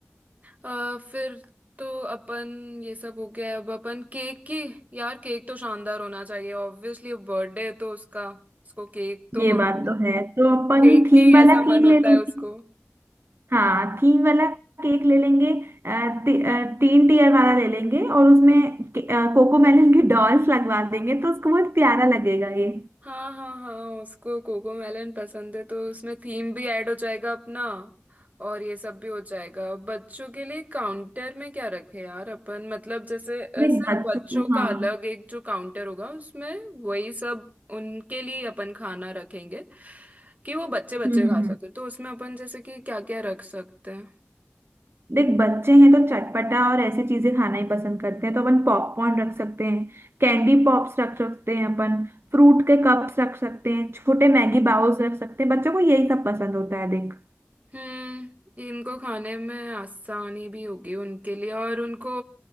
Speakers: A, on the right; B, on the right.
A: अ, फिर तो अपन ये सब हो गया है अब अपन केक की यार केक तो शानदार होना चाहिए ऑब्वियसली बर्थडे है तो उसका उसको केक तो
B: ये
A: अभी
B: बात तो है तो अपन
A: देख
B: थीम
A: के ही
B: वाला
A: ऐसा मन
B: केक
A: होता
B: ले लेंगे
A: है उसको
B: हाँ थीम वाला केक ले लेंगे अ, ती, अ, तीन टीयर वाला ले लेंगे और उसमें के- अ, कोको मेलन की डॉल्स लगवा देंगे तो उसको बहुत प्यारा लगेगा ये
A: हाँ हाँ हाँ उसको कोको मेलन पसंद है तो उसमें थीम भी ऐड हो जाएगा अपना और ये सब भी हो जाएगा बच्चों के लिए काउंटर में क्या रखें यार अपन मतलब जैसे अ,
B: देख
A: सिर्फ
B: बच्चों
A: बच्चों
B: को हाँ
A: का अलग एक जो काउंटर होगा उसमें वही सब उनके लिए अपन खाना रखेंगे कि वो बच्चे
B: हम्म
A: बच्चे
B: हम्म
A: खा सकते
B: हम्म।
A: तो उसमें अपन जैसे कि क्या क्या रख सकते हैं
B: देख बच्चे हैं तो चटपटा और ऐसी चीजें खाना ही पसंद करते हैं तो अपन पॉपकॉर्न रख सकते हैं कैंडी पॉप्स रख सकते हैं अपन फ्रूट के कप्स रख सकते हैं छोटे मैगी बाउल्स रख सकते हैं बच्चों को यही सब पसंद होता है देख
A: हम्म इनको खाने में आसानी भी होगी उनके लिए और उनको